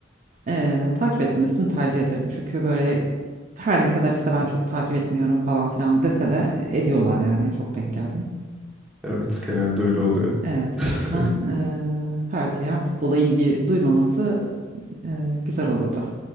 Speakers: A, on the right; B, in the centre.
A: ee, takip etmemesini tercih ederim. Çünkü böyle her ne kadar işte ben çok takip etmiyorum falan filan dese de ediyorlar yani çok denk geldim.
B: Evet, genelde öyle oluyor.
A: Evet,
B: <laughs>
A: o yüzden eee tercihen futbola ilgi duymaması eee, güzel olurdu.